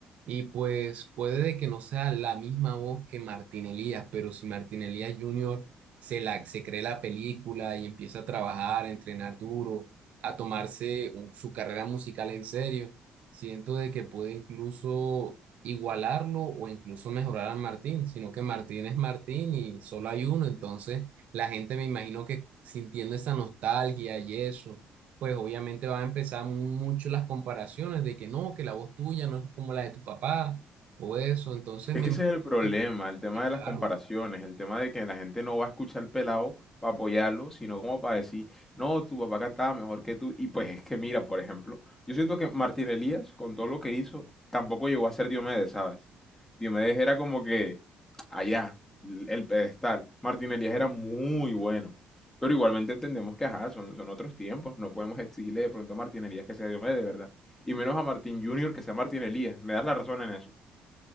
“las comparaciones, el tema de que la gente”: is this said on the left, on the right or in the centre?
Left